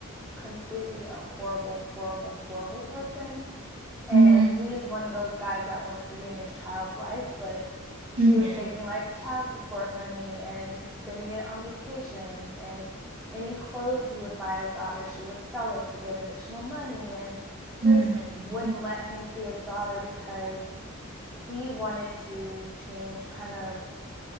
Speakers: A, in the centre; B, on the right.
A: completely a horrible, horrible, horrible person. And
B: hmm
A: he's one of those guys that wants to be in his child's life, but she
B: hmm
A: was taking like child support money and spending it on vacations and any clothes he would buy his daughter, she would sell it to get additional money and
B: hmm
A: just wouldn't let him see his daughter because he wanted to change kind of